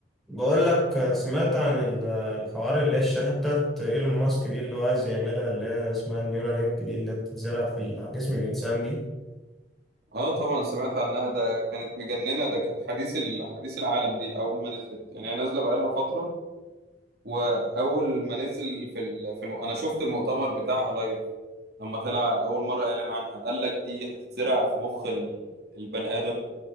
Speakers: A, in the centre; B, on the right (about 65°).
A: بقول لك سمعت عن ال- الحوار اللي هي الشريحة بتاعت ايلون ماسك دي اللي هو عايز يعملها اللي هي اسمها النيورالينك دي اللي بتتزرع في ال- على جسم الإنسان دي
B: اه طبعا سمعت عنها ده كانت مجننة ده كانت حديث ال- حديث العالم دي اول ما نزلت يعني هي نازلة بقالها فترة واول ما نزل في ال... في الم... انا شفت المؤتمر بتاعها لايف لما طلع اول مرة اعلن عنها قال لك دي هتتزرع في مخ ال... البني ادم